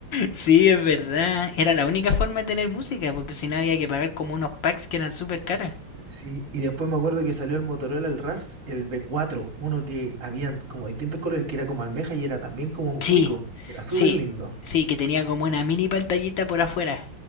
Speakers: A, on the left (about 60°); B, on the right (about 90°).
A: Sí, es verdad. Era la única forma de tener música, porque si no había que pagar como unos packs que eran súper caros.
B: Sí, y después me acuerdo que salió el Motorola, el RARS, el B4, uno que habían como distintos colores, que era como almeja y era también como
A: Sí,
B: cuico, era súper
A: sí,
B: lindo.
A: sí, que tenía como una mini pantallita por afuera.